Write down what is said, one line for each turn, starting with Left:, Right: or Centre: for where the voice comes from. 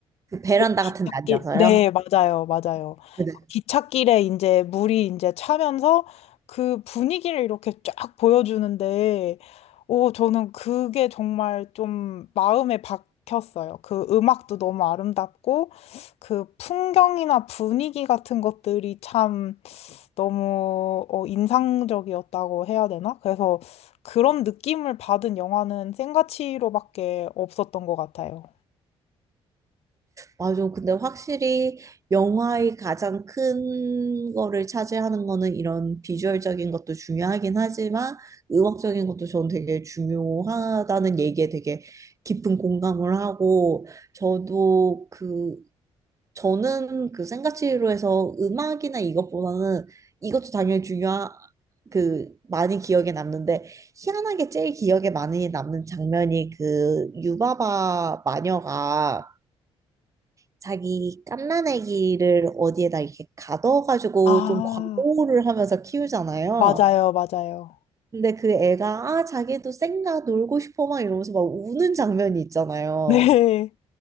Right: 그 베란다
Left: 기찻길,
Right: 같은 데 앉아서요?
Left: 네, 맞아요, 맞아요.
Right: 네네.
Left: 기찻길에 이제 물이 이제 차면서 그 분위기를 이렇게 쫙 보여주는데, 오, 저는 그게 정말 좀 마음에 박혔어요. 그 음악도 너무 아름답고, 그 풍경이나 분위기 같은 것들이 참 너무 어, 인상적이었다고 해야 되나? 그래서 그런 느낌을 받은 영화는 생가치로밖에 없었던 것 같아요.
Right: 맞아. 근데 확실히 영화의 가장 큰 거를 차지하는 거는 이런 비주얼적인 것도 중요하긴 하지만 음악적인 것도 저는 되게 중요하다는 얘기에 되게 깊은 공감을 하고 저도 그 저는 그 생가치로에서 음악이나 이것보다는 이것도 당연히 중요한 그 많이 기억에 남는데 희한하게 제일 기억에 많이 남는 장면이 그 유바바 마녀가 자기 갓난애기를 어디에다 이렇게 가둬가지고
Left: 아,
Right: 좀 과보호를 하면서 키우잖아요.
Left: 맞아요, 맞아요.
Right: 근데 그 애가 아 자기도 쌩가 놀고 싶어 막 이러면서 막 우는 장면이 있잖아요.
Left: 네.